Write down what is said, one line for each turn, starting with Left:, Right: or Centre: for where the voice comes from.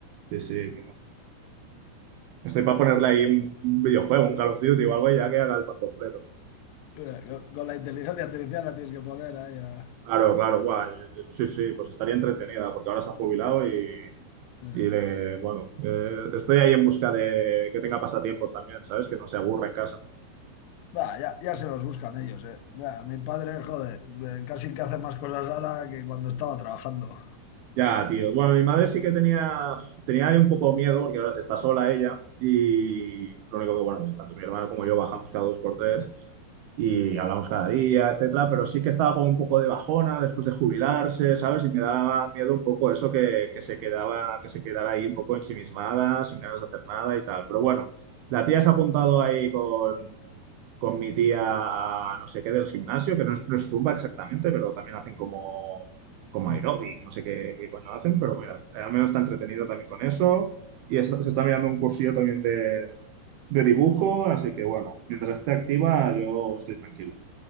Right: Sí, sí, que no. Estoy para ponerle ahí un, un videojuego, un Call of Duty o algo y ya que haga el pack completo.
Left: Mira, Con, con la inteligencia artificial la tienes que poner ahí. a-
Right: Claro, claro, guay. Sí, sí, pues estaría entretenida porque ahora se ha jubilado y,
Left: Ya.
Right: y le- bueno, eh, estoy ahí en busca de que tenga pasatiempos también, ¿sabes? Que no se aburra en casa.
Left: Va, ya, ya se los buscan ellos, eh. Mira, mi padre, joder, eh, casi que hace más cosas ahora que cuando estaba trabajando.
Right: Ya, tío. Bueno, mi madre sí que tenía, tenía ahí un poco miedo porque ahora está sola ella y lo único que, bueno, tanto mi hermano como yo bajamos cada dos por tres y hablamos cada día, etcétera, pero sí que estaba con un poco de bajona después de jubilarse, ¿sabes? Y me daba miedo un poco eso que, que se quedaba, que se quedara ahí un poco ensimismada, sin ganas de hacer nada y tal. Pero bueno, la tía se ha apuntado ahí con, con mi tía a no sé qué del gimnasio, que no es, no es Zumba exactamente, pero también hacen como como
Left: <laughs>
Right: aeróbic, no sé qué, qué coño hacen, pero mira, eh, al menos está entretenido también con eso. Y es- se está mirando un cursillo también de, de dibujo, así que bueno, mientras esté activa, yo estoy tranquilo.